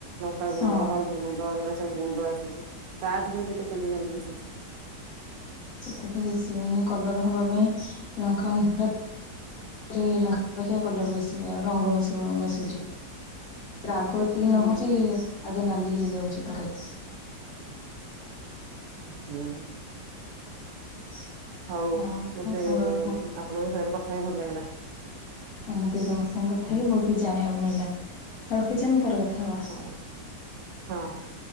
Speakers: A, on the right (about 65°); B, on the left (about 60°).
A: ଲଙ୍କା ଗୁଣ୍ଡ
B: ହଁ
A: ହଳଦୀ ଗୁଣ୍ଡ ଏରା ସବୁ ଗୁଣ୍ଡ ଆସୁଛି ତା ଦେହରେ ବି କେତେ କେମିକାଲ ମିଶୁଛି।
B: ସେଠା ତ ବେଶୀ ମାନେ କଲର ହବା ପାଇଁ ଲଙ୍କା ଗୁଣ୍ଡ। ରେ ଲଖିଆ କଲର ବେଶି ରଙ୍ଗ ମିଶ ମିଶୁଛି ରାଗ। ଏତିକି
A: ହୁଁ
B: ନହଉଛି ଆଗେ ନାଲି ହେଇଯାଉଛି ତରକାରୀ।
A: ହୁଁ।
B: <inaudible>
A: ହଉ
B: ହଁ
A: ମତେ
B: ମୋ ସାଙ୍ଗ ତମ
A: ଆପଣଙ୍କ ସାଙ୍ଗରେ କଥା ହେଇ ଭଲ ଲାଗିଲା।
B: ଆଉ ମତେ ତମ ସାଙ୍ଗେ କଥା ହେଇ ବହୁତ କିଛି ଜାଣିବାକୁ ମିଳିଲା ରଖିଛି ଆମେ ପରେ କଥା ହବା।
A: ହଁ ହଁ।